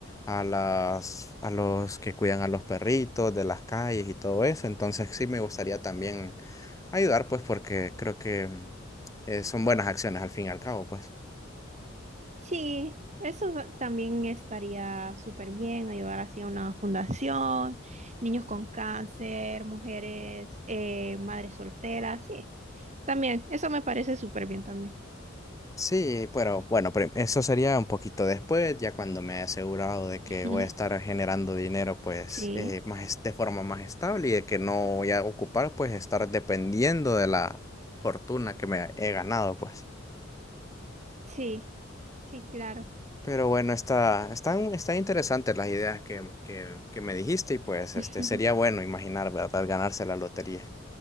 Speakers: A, on the left; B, on the right.
A: a las, a los que cuidan a los perritos de las calles y todo eso, entonces sí me gustaría también ayudar, pues, porque creo que mm, eh, son buenas acciones al fin y al cabo, pues.
B: Sí, eso ta- también estaría súper bien, ayudar así a una fundación, niños con cáncer, mujeres, eh, madres solteras, sí. También, eso me parece súper bien también.
A: Sí, pero bueno, prim- eso sería un poquito después, ya cuando me he asegurado de que
B: <laughs>
A: voy a estar generando dinero, pues,
B: Sí,
A: eh, más es- de forma más estable y de que no voy a ocupar, pues, estar dependiendo de la fortuna que me he ganado, pues.
B: sí, sí, claro.
A: Pero bueno, está, están, están interesantes las ideas que, que, que me dijiste y pues
B: <laughs>
A: este sería bueno imaginar, ¿verdad? Ganarse la lotería.